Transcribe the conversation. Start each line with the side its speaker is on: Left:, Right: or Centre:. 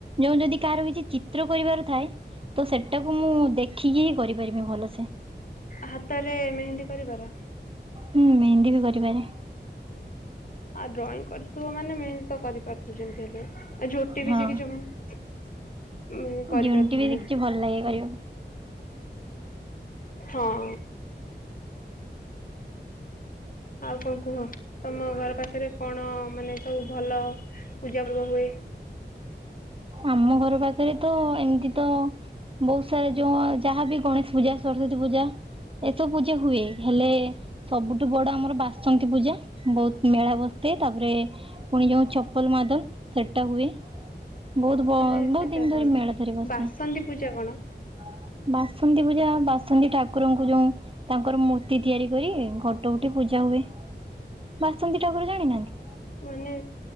Right: ଯୋଉ ଯଦି କାହାର କିଛି ଚିତ୍ର କରିବାର ଥାଏ ତ ସେଟାକୁ ମୁଁ ଦେଖିକି ହିଁ କରିପାରିବି ଭଲସେ।
Left: ହାତରେ ମେହେନ୍ଦୀ କରିପାର।
Right: ହୁଁ ମେହେନ୍ଦୀ ବି କରିପାରେ।
Left: ଆଉ ଡ୍ରଇଂ କରିଥିବ ମାନେ ମେହନତ କରିପାରୁଥିବ ଯେମିତି ହେଲେ। ଆ ଝୋଟି ବି
Right: ହଁ
Left: ସେ କିିଛି ମ କରିପାରେ।
Right: ଝୁଣ୍ଟି ବି କିଛି ଭଲ ଲାଗେ କରିବାକୁ।
Left: ହଁ। ଆଉ କଣ କୁହ ତମ ଘର ପାଖରେ କଣ ମାନେ ସବୁ ଭଲ ପୂଜା ପର୍ବ ହୁଏ।
Right: ଆମ ଘର ପାଖରେ ତ ଏମିତି ତ ବହୁତ ସାରା ଯୋଉ ଯାହାବି ଗଣେଶ ପୂଜା ସରସ୍ଵତୀ ପୂଜା ଏସବୁ ପୂଜା ହୁଏ ହେଲେ ସବୁଠୁ ବଡ ଆମର ବାସନ୍ତୀ ପୂଜା ବହୁତ ମେଳା ବସିଥାଏ ତାପରେ ପୁଣି ଯେଉଁ ଛପଲ ମାଦଲ, ସେଟା ହୁଏ। ବହୁତ ବ
Left: ମାନେ ସେଟା
Right: ବହୁତ ଦିନ
Left: କଣ
Right: ଧରି ମେଳା ଧରି ବସିଥାଏ।
Left: ବାସନ୍ତୀ ପୂଜା କଣ
Right: ବାସନ୍ତୀ ପୂଜା ବାସନ୍ତିୀ ଠାକୁରଙ୍କୁ ଯୋଉ ତାଙ୍କର ମୂର୍ତ୍ତି ତିଆରି କରି ଘ ଯୋଉଠି ପୂଜା ହୁଏ, ବାସନ୍ତୀ ଠାକୁର ଜାଣିନାହାନ୍ତି।
Left: ମାନେ,